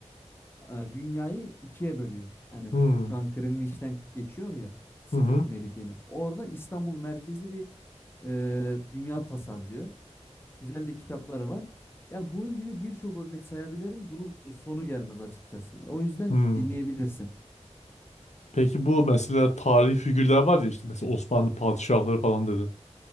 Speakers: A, on the left; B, on the left.
A: e, dünyayı ikiye bölüyor. Hani
B: Hı.
A: şu an Greenwich'ten geçiyor ya sıfır
B: Hı hı.
A: meridyeni. Orada İstanbul merkezli bir e, dünya tasarlıyor. Güzel de kitapları var. Yani bunun gibi birçok örnek sayabilirim. Bunun sonu gelmez açıkçası. O yüzden
B: Hı.
A: dinleyebilirsin.
B: Peki bu mesela tarihi figürler var ya işte mesela Osmanlı padişahları falan dedin.